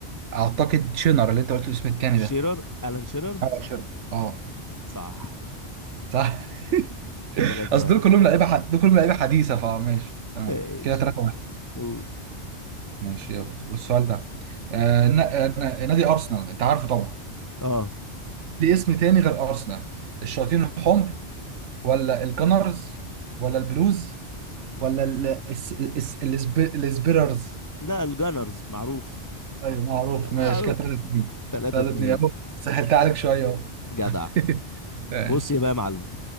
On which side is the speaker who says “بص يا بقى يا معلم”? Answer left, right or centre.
Left